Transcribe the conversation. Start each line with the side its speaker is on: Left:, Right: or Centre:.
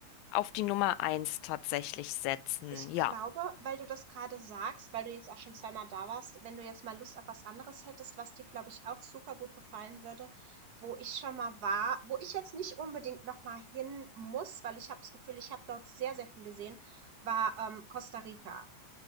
Left: auf die Nummer eins tatsächlich setzen.
Right: Ich
Left: Ja.
Right: glaube, weil du das gerade sagst weil du jetzt auch schon zweimal da warst, wenn du jetzt mal Lust auf was anderes hättest, was dir, glaube ich, auch super gut gefallen würde, wo ich schon mal war, wo ich jetzt nicht unbedingt noch mal hin muss, weil ich habe das Gefühl, ich habe dort sehr, sehr viel gesehen, war ähm, Costa Rica.